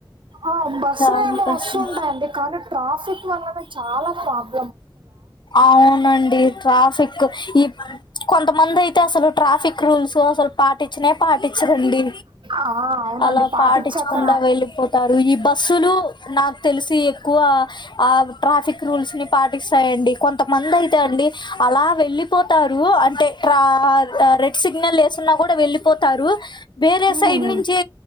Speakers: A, on the right; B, on the left.
A: ఆ బస్సులేమో
B: చాలా కష్టం
A: వస్తుంటాయండి కానీ ట్రాఫిక్ వల్లనే చాలా ప్రాబ్
B: అవునండి ట్రాఫిక్ ఈ కొంతమంది అయితే అసలు ట్రాఫిక్ రూల్స్ అసలు పాటించనే పాటించరండి
A: ఆ అవునండి
B: అలా
A: పాటించాక
B: పాటించకుండా వెళ్ళిపోత్ టారు ఈ బస్సులు నాకు తెలిసి ఎక్కువ ఆ ట్రాఫిక్ రూల్స్ ని పాట్ టిస్తాయండీ కొంతమంది అయితే అండి అలా వెళ్ళిపోతారూ అంటే ట్రా ఆ రెడ్ సిగ్నల్ వేసున్నా కూడా వెళ్ళిపోతారు వేరే
A: ఉమ్
B: సైడ్ నుంచి